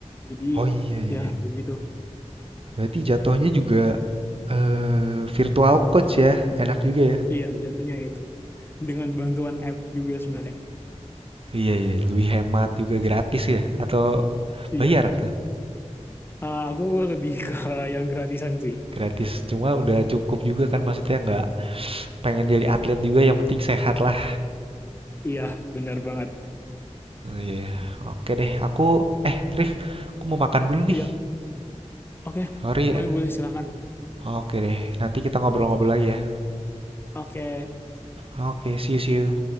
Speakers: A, on the left; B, on the right.
A: Jadi
B: oh iya
A: ya
B: iya.
A: begitu.
B: Berarti jatuhnya juga eh, virtual coach ya. Enak juga ya.
A: Iya, jatuhnya itu. Dengan bantuan apps juga sebenarnya.
B: Iya, iya, lebih hemat juga gratis ya? Atau
A: Iya,
B: bayar tuh?
A: Eh, aku lebih ke <laughs> yang gratisan sih.
B: Gratis, cuma udah cukup juga kan maksudnya nggak pengen jadi atlet juga yang penting sehat lah
A: Iya, benar banget.
B: iya oke deh aku eh Rif aku mau makan dulu
A: Iya,
B: nih
A: oke.
B: sorry
A: Boleh,
B: ya
A: boleh, silakan.
B: oke deh nanti kita ngobrol-ngobrol lagi ya
A: Oke.
B: oke see you see you